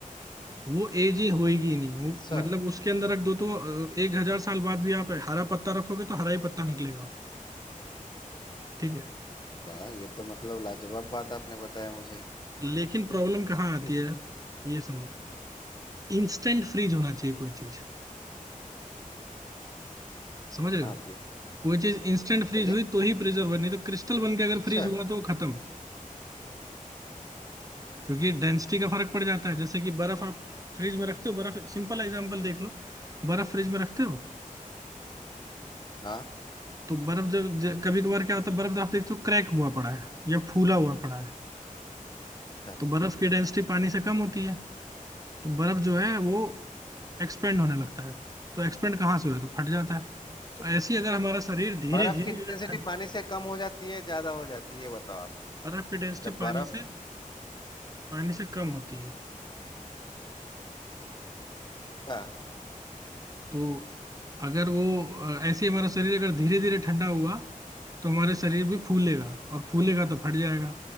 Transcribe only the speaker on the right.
वो एज ही होएगी ही नहीं वो
मतलब उसके अंदर रख दो तो अ, एक हजार साल बाद भी आप हरा पत्ता रखोगे तो हरा ही पत्ता निकलेगा ठीक है
लेकिन प्रॉब्लम कहाँ आती
है ये समझो इंस्टेंट फ्रीज होना चाहिए कोई चीज समझ रहे
हो
कोई चीज इंस्टेंट फ्रीज
हुई तो ही प्रिजर्व नहीं तो क्रिस्टल बन के अगर
फ्रीज हुआ तो वो खत्म क्योंकि डेंसिटी का फर्क पड़ जाता है जैसे कि बर्फ आप फ्रिज में रखते हो बर्फ सिंपल एग्जांपल देख लो बर्फ फ्रिज में रखते हो
तो बर्फ जब, जब कभी कभार क्या होता है बर्फ आप देखते हो क्रैक हुआ पड़ा है या फूला हुआ पड़ा है
तो बर्फ की डेंसिटी पानी से कम होती है तो बर्फ जो है वो एक्सपेंड होने लगता है तो एक्सपेंड कहाँ से हुआ तो फट जाता है तो ऐसे ही अगर हमारा शरीर धीरे
धीरे
ठंड
बर्फ की डेंसिटी
पानी से पानी से कम होती है
तो अगर वो अ, ऐसे ही हमारा शरीर अगर धीरे धीरे ठंडा हुआ तो हमारे शरीर भी
फूलेगा और फूलेगा तो फट जाएगा